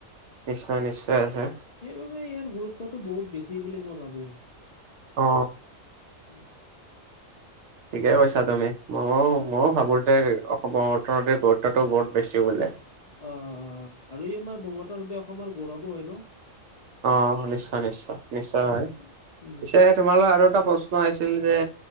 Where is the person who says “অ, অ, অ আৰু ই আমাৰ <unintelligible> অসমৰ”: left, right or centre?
Left